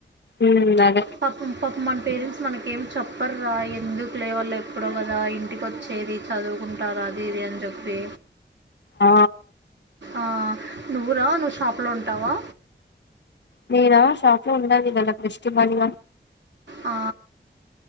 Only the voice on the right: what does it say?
పాపం పాపం మన పేరెంట్స్ మనకేం చోప్ పర్ ఎందుకు లే వాళ్ళు ఎప్పుడో కదా ఇంటికి వచ్చేది చదువుకుంటార అది ఇది అని చెప్పి
ఆ నువ్వురా నువ్వు షాప్లో ఉంటావా
ఆ